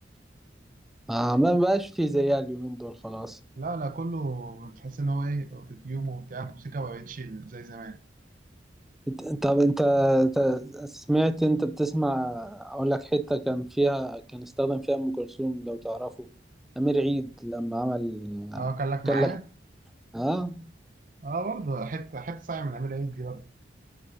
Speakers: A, in the centre; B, on the right.
A: آه ما بقاش في زيها اليومين دول خلاص
B: لا لا كله بتحس إن هو إيه أوتوتيوم وبتاع الموسيقى ما بقتش زي زمان
A: إنت- طب انت إنت سمعت انت بتسمع اقول لك حتة كان فيها كان استخدم فيها ام كلثوم لو تعرفه امير عيد لما عمل
B: أه كان لك
A: كان
B: معايا
A: لك اه,
B: أه برضه حتة حتة صايعة من أمير عيد دي برضه